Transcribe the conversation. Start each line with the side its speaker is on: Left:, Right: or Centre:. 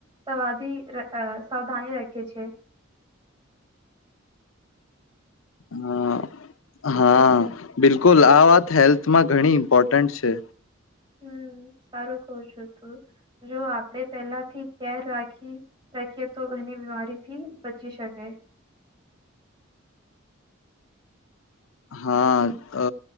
Right: સવાધ સાવધાની રાખિએ છે.
Left: હા હા બિલકુલ આ વાત હેલ્થમાં ઘણી ઇમ્પોર્ટન્ટ છે.
Right: હમ સારું કવ છું તું જો આપણે પહેલાથી કેર રાખી રાખીએ તો ઘણી બીમારીથી બચી શકે
Left: હા